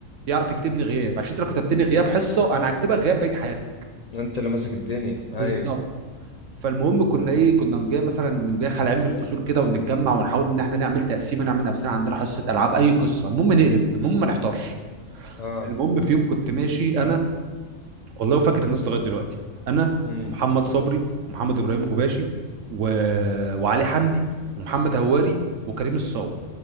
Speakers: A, on the right (about 65°); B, on the left (about 85°).
A: يعرف يكتبني غياب عشان انت لو كتبتني غياب حصه انا هكتبك غياب بقيه حياتك
B: انت اللي ماسك الدنيا
A: بالظبط
B: ايوه
A: فالمهم كنا ايه كنا جاي مثلا نقوم جاي خلع من الفصول كده ونتجمع ونحاول ان احنا نعمل تقسيمه نعمل نفسنا عندنا حصه العاب اي قصه المهم نقلب المهم ما نحضرش
B: اه
A: المهم في يوم كنت ماشي انا والله وفاكر الناس لغايه دلوقتي انا
B: امم
A: ومحمد صبري ومحمد ابراهيم غباشي و... وعلي حمدي ومحمد هواري وكريم الصاوي